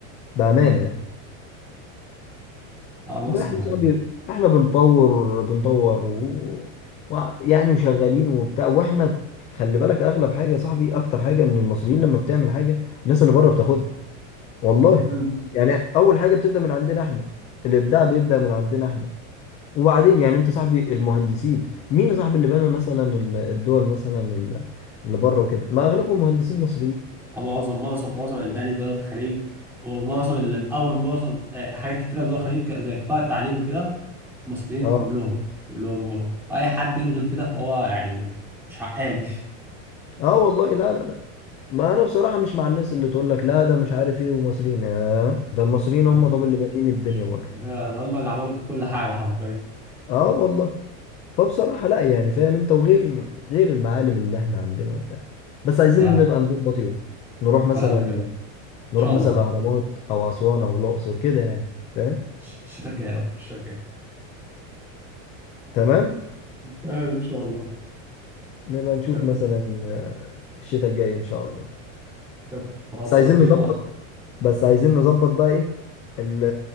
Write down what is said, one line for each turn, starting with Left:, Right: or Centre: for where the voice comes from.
Left: بأمانة يعني
Centre: مصر
Left: ده إحنا يا صاحبي إحنا بنطور بنطور و... و... يعني وشغالين وبتاع وإحنا خلي بالك أغلب حاجة يا صاحبي أكتر حاجة إن المصريين لما بتعمل حاجة الناس اللي بره بتاخدها والله
Centre: مم.
Left: يعني اول حاجه بتبدا من عندنا احنا الابداع بيبدا من عندنا احنا وبعدين يعني انت صاحبي المهندسين مين يا صاحبي اللي بنى مثلا ال- الدول مثلا ال- اللي بره وكده ما اغلبهم مهندسين مصريين
Centre: معظم معظم معظم الألباني دول الخليج ومعظم اللي مقوم معظم آه، حاجات كتيرة في دول الخليج زي قطاع التعليم وكده مصريين
Left: اه
Centre: كلهم كلهم هو. وأي حد يقول غير كده فهو يعني مش حقاني
Left: اه والله لا لا لا ما انا بصراحه مش مع الناس اللي تقول لك لا ده مش عارف ايه ومصريين آه ده المصريين
Centre: تمام؟
Left: هم طب اللي بانيين الدنيا
Centre: مش-
Left: بره
Centre: يعني هم اللي عملوا كل حاجة حرفيا
Left: اه والله فبصراحه لا يعني فاهم انت وغير غير المعالم اللي احنا عندنا وبتاع بس عايزين
Centre: بتاع
Left: نبقى نظبط يوم نروح مثلا
Centre: بلدنا كمان إن
Left: نروح
Centre: شاء
Left: مثلا
Centre: الله
Left: الاهرامات او اسوان او الاقصر كده يعني فاهم
Centre: الش- الشتاء الجاي بقى الشتاء الجاي
Left: تمام
Centre: تمام إن شاء الله
Left: نبقى نشوف
Centre: كده
Left: مثلا آه، الشتاء الجاي ان شاء الله
Centre: كده محادثة
Left: بس عايزين
Centre: لطيفة
Left: نظبط بس عايزين نظبط بقى ايه ال-